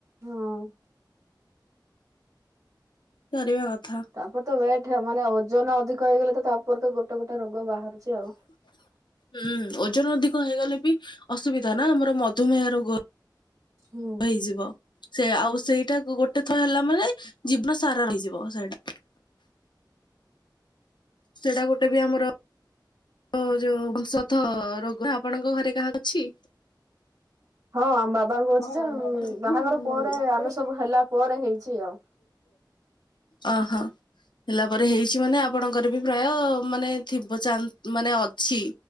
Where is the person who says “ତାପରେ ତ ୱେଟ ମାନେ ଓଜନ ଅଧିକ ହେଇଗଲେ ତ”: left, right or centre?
Right